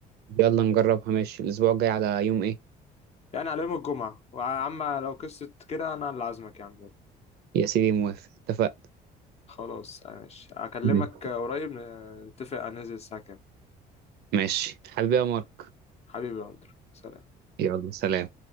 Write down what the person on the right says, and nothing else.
يلا نجربها ماشي الأسبوع الجاي على يوم إيه
يا سيدي موافق اتفقنا
ماشي
ماشي حبيبي يا مارك
يلا سلام